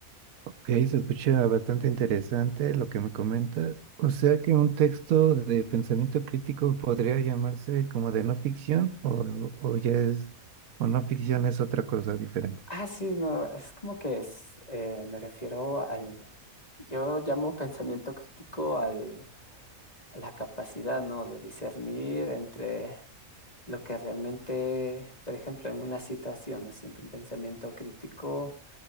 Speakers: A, on the right; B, on the left.
A: ok, se escucha bastante interesante lo que me comentas. O sea que un texto de pensamiento crítico podría llamarse como de no ficción o, o ya es... o no ficción es otra cosa diferente.
B: Ah, sí, no, es como que es, eh, me refiero al, yo llamo pensamiento crítico al, a la capacidad, ¿no? De discernir entre Lo que realmente, por ejemplo, en una situación, me siento un pensamiento crítico